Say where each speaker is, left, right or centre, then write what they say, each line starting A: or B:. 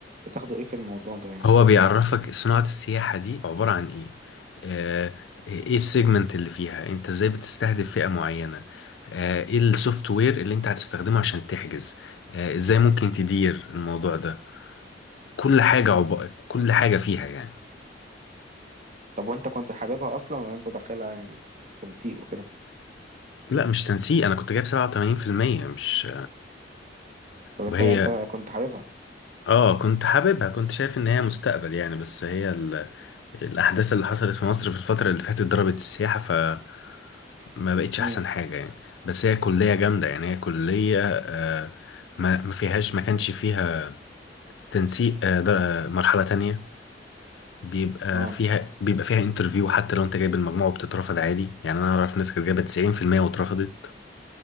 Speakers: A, on the right (about 45°); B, on the left (about 80°).
A: بتاخدوا إيه في الموضوع ده يعني؟
B: هو بيعرفك صناعة السياحة دي عبارة عن إيه آه، إيه السيجمنت اللي فيها أنت إزاي بتستهدف فئة معينة آه، إيه السوفت وير اللي أنت هتستخدمه عشان تحجز آه، إزاي ممكن تدير الموضوع ده كل حاجة
A: مم.
B: عب... كل حاجة فيها يعني
A: طب وأنت كنت حاببها أصلا ولا أنت داخلها يعني تنسيق وكده؟
B: لا مش تنسيق انا كنت جايب 87% مش
A: طب انت
B: وهي
A: انت كنت حاببها
B: اه كنت حاببها كنت شايف ان هي مستقبل يعني بس هي ال... الاحداث اللي حصلت في مصر في الفترة اللي فاتت ضربت السياحة فما بقتش
A: امم
B: احسن حاجة يعني بس هي كلية جامدة يعني هي كلية آه ما... ما فيهاش ما كانش فيها تنسيق آه در... آه، مرحلة تانية بيبقى
A: اه
B: فيها بيبقى فيها انترفيو حتى لو انت جايب المجموع وبتترفض عادي يعني انا اعرف ناس كانت جايبة 90% واترفضت